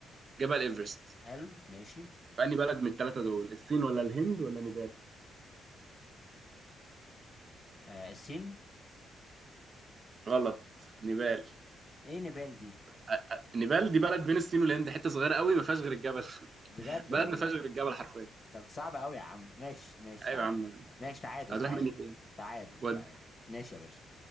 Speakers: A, on the right; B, on the left.
A: جبل ايفرست
B: حلو ماشي
A: في انهي بلد من الثلاثة دول الصين ولا الهند ولا نيبال
B: آه السين
A: غلط نيبال
B: ايه نبال دي
A: آه، آه، نيبال دي بلد بين الصين والهند حتة صغيرة قوي ما فيهاش غير الجبل <laughs>
B: بجد
A: بلد
B: والله
A: ما فيهاش غير الجبل حرفيا
B: طب صعب قوي يا عم ماشي ماشي
A: ايوه
B: تعال
A: يا عم
B: ماشي تعادل
A: هتروح
B: تعادل
A: مني فين
B: تعادل
A: ودي
B: تعادل ماشي يا باشا